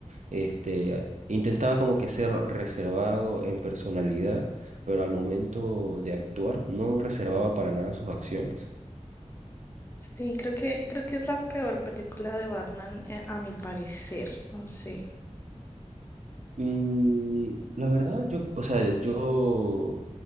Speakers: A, on the right; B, on the left.
A: Este, intentaba como que ser reservado en personalidad, pero al momento de actuar no reservaba para nada sus acciones.
B: Sí, creo que, creo que es la peor película de Batman, eh, a mi parecer, no sé.
A: Y la verdad, yo, o sea, yo